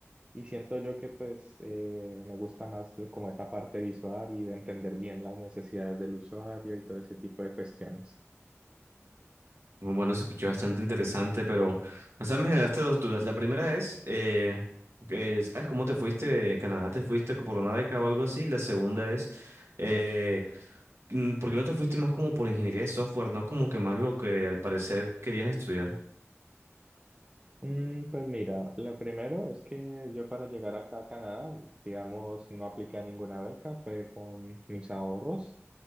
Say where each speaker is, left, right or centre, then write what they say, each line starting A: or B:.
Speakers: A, on the right; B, on the right.
A: y siento yo que pues eh, me gusta más de- como esa parte visual y de entender bien las necesidades del usuario y todo ese tipo de cuestiones.
B: Bueno, se escuchó bastante interesante, pero, o sea, me generaste dos dudas. La primera es, eh, que, ¿sabes cómo te fuiste de Canadá? ¿Te fuiste por una beca o algo así? La segunda es eh, Mm, ¿Por qué no te fuiste más como por ingeniería de software, no como que más lo que al parecer querías estudiar?
A: Mm, pues mira, lo primero es que yo para llegar acá a Canadá, digamos, no apliqué ninguna beca, fue con mis ahorros.